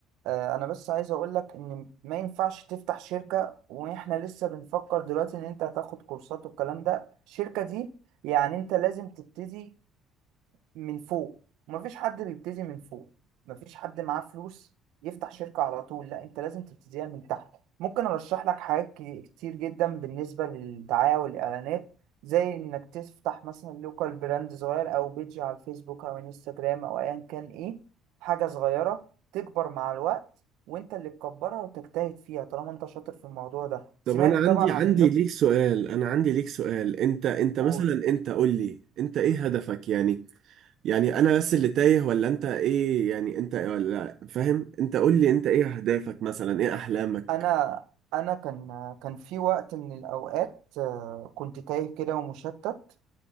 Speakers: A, on the right; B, on the right.
A: آه، أنا بس عايز أقولك إن ما ينفعش تفتح شركة وإحنا لسه بنفكر دلوقتي إن أنت هتاخد كورسات والكلام ده الشركة دي يعني أنت لازم تبتدي من فوق ومفيش حد بيبتدي من فوق مفيش حد معاه فلوس يفتح شركة على طول لا انت لازم تبتديها من تحت ممكن ارشح لك حاجات كي- كتير جدا بالنسبة للدعاية والاعلانات زي انك تفتح مثلا لوكال براند صغير او بيج على الفيسبوك او انستجرام او ايا كان ايه حاجة صغيرة تكبر مع الوقت وانت اللي تكبرها وتجتهد فيها طالما انت شاطر في الموضوع ده سمعت
B: طب انا عندي
A: طبعا عن
B: عندي ليك سؤال انا عندي ليك سؤال انت انت
A: اللوك
B: مثلا انت قول لي انت ايه هدفك يعني يعني انا بس اللي تايه ولا انت ايه يعني انت ولا فاهم انت قول لي انت ايه اهدافك مثلا ايه احلامك
A: انا انا كان كان في وقت من الاوقات آه، كنت تايه كده ومشتت